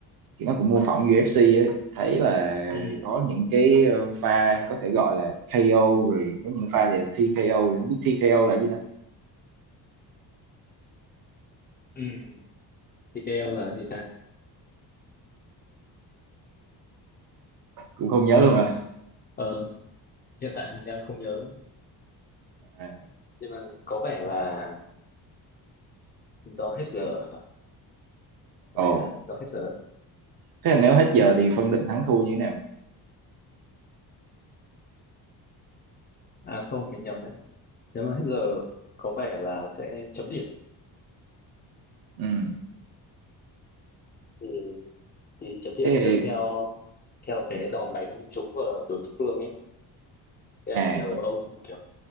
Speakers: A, on the right (about 60°); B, on the left (about 25°).
A: nó cũng mô phỏng UFC ấy, thấy là
B: ừ
A: có những cái ờ, pha có thể gọi là KO rồi có những pha thì là TKO thì không biết TKO là cái gì ta,
B: ừ TKL là gì ta
A: cũng không nhớ
B: Dạ.
A: luôn à.
B: ờ hiện tại mình đang không nhớ
A: à.
B: nhưng mà có vẻ là do hết giờ có
A: Ồ,
B: vẻ là do hết giờ đấy.
A: thế là nếu hết giờ thì phân định thắng thua như thế nào?
B: à không mình nhầm đấy nếu mà hết giờ có vẻ là sẽ chấm điểm
A: Ừ.
B: thì, thì chấm điểm
A: Thế
B: dựa theo theo cái đòn đánh trúng vào đối phương ấy Thế là
A: à
B: nhiều ông kiểu